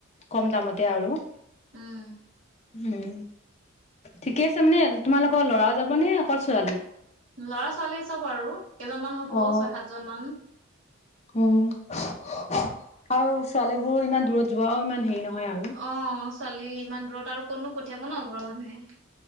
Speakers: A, on the left; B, on the right.
A: কম দামতে আৰু
B: উম
A: উম ঠিকে আছে মানে তোমালোকৰ ল'ৰাও যাবনে অকল ছোৱালী
B: ল'ৰা ছোৱালী চব আৰু কেইজনমান হ'ব
A: অ
B: ছয় সাতজন মান।
A: উম আৰু ছোৱালী বোৰ ইমান দূৰত যোৱাও ইমান হেৰি নহয় আৰু
B: অ ছোৱালী ইমান দূৰত আৰু কতনো পঠিয়াব ন ঘৰৰ মানুহে।